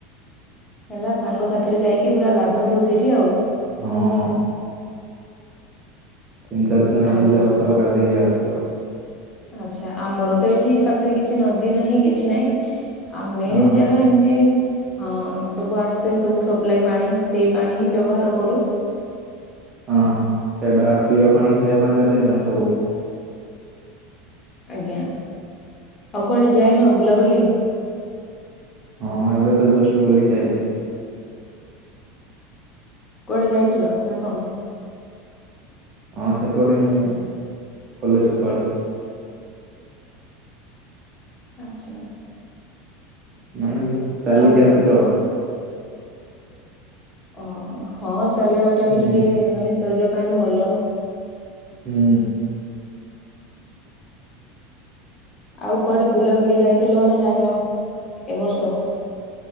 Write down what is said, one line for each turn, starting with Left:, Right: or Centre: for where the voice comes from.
Left: ହେଲା ସାଙ୍ଗ ସାଥିରେ ଯାଇକି ପୁରା ଗାଧଉଥିବ ସେଇଠି ଆଉ।
Right: ହଁ ତିନି ଚାରି ଜଣ
Left: ଆମ
Right: ହେଇକି ଯାଉଛୁ ଆଉ ଗାଧେଇକି ଆସଚୁ ଆଉ।
Left: ଆଚ୍ଛା ଆମର ତ ଏଇଠି ପାଖରେ କିଛି ନଦୀ ନାହିଁ କିଛି ନାହିଁ ଆମେ
Right: ହଁ ହଁ
Left: ଯାହା ଏମିତି ହଁ ସବୁ ଆସେ ସବୁ ସପ୍ଲାାଇ ପାଣି ସେଇ ପାଣି ହିଁ ବ୍ୟବହାର କରୁ।
Right: ଅ ହଁ ସେଟା ପିଇବା ପାଣି ଖାଇବା ପାଣି ଗାଧେଇବା ପାଣି ସବୁ।
Left: ଆଜ୍ଞା ଆଉ କୁଆଡେ ଯାାଇନ ବୁଲାବୁଲି
Right: ହଁ ଏବେ ତ ଜଷ୍ଟ ବୁଲିକି ଆାଇଲି।
Left: କୁଆଡେ ଯାଇଥିଲ ନା କଣ?
Right: ହଁ ସେପଟେ ହି କଲେଜ ଛକ ଆଡେ।
Left: ଆଚ୍ଛା।
Right: ମାନେ ଚାଲିକି
Left: ଆଉ
Right: ଆସିଲୁ
Left: କ
Right: ଆଉ।
Left: ଓହୋ ହଁ ଚାଲିବା ଟା
Right: ହୁଁ
Left: ବି ଟିକେ ମାନେ ଶରୀର ପାଇଁ ଭଲ।
Right: ହୁଁ।
Left: ଆଉ କୁଆଡେ ବୁଲାବୁଲି ଯାଇଥିଲ ନା ଯାଇନ ଏ ବର୍ଷ?